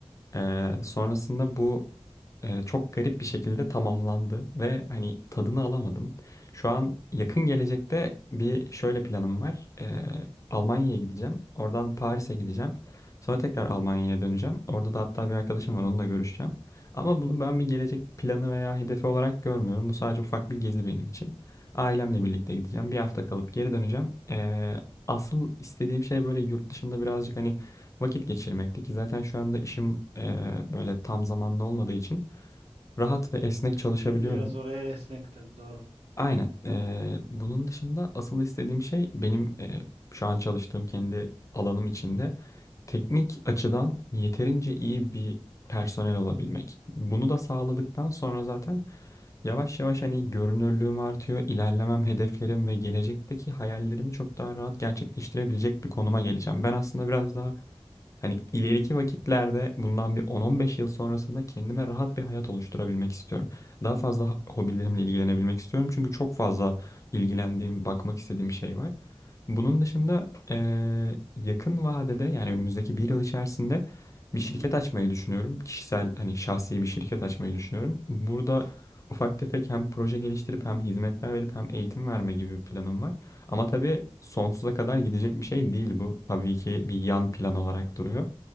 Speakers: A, on the left (about 30°); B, on the right (about 75°).
A: Ee, sonrasında bu e, çok garip bir şekilde tamamlandı ve hani tadını alamadım. Şu an yakın gelecekte bir şöyle planım var. Ee, Almanya'ya gideceğim. Oradan Paris'e gideceğim. Sonra tekrar Almanya'ya döneceğim. Orada da hatta bir arkadaşım var onunla görüşeceğim. Ama bunu ben bir gelecek planı veya hedefi olarak görmüyorum. Bu sadece ufak bir gezi benim için. Ailemle birlikte gideceğim. Bir hafta kalıp geri döneceğim. Ee, asıl istediğim şey böyle yurt dışında birazcık hani vakit geçirmekti ki zaten şu anda işim eee, böyle tam zamanlı olmadığı için rahat ve esnek çalışabiliyorum.
B: Biraz oraya esnek tabii doğru.
A: Aynen. eee, bunun dışında asıl istediğim şey benim eee, şu an çalıştığım kendi alanım içinde teknik açıdan yeterince iyi bir personel olabilmek. Bunu da sağladıktan sonra zaten yavaş yavaş hani görünürlüğüm artıyor, ilerlemem, hedeflerim ve gelecekteki hayallerimi çok daha rahat gerçekleştirebilecek bir konuma geleceğim. Ben aslında biraz daha Hani ileriki vakitlerde bundan bir 10-15 yıl sonrasında kendime rahat bir hayat oluşturabilmek istiyorum. Daha fazla ha- hobilerimle ilgilenebilmek istiyorum. Çünkü çok fazla ilgilendiğim, bakmak istediğim şey var. Bunun dışında eee, yakın vadede yani önümüzdeki bir yıl içerisinde bir
B: Hı
A: şirket
B: hı.
A: açmayı düşünüyorum. Kişisel hani şahsi bir şirket açmayı düşünüyorum. Burada ufak tefek hem proje geliştirip hem hizmetler verip hem eğitim verme gibi bir planım var. Ama tabii sonsuza kadar gidecek bir şey değil bu. Tabii ki bir yan plan olarak duruyor.